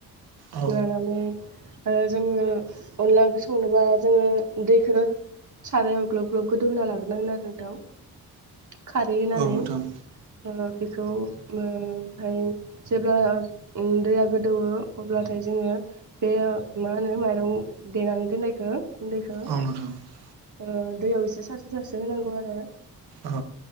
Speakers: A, on the right (about 70°); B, on the right (about 50°).
A: औ
B: लानानै आरो जोङो अनला ओंख्रि संनोबा जोङो दैखो सारायावब ग्लग ब्लग गोदौ होना लाग्रोनांगोन आरो नोंथां। खारै हैनानै
A: नोंथां
B: उनाव बेखौ ओ ओमफाय जेब्ला दैया गोदौवो अब्लाथाय जोङो बे मा नो माइरं देनानै दोननायखो गुन्दैखो
A: औ नोंथां औ नोंथां
B: ओ दैयाव एसे सारस्रो सारस्रो होनांगौ आरो।
A: औ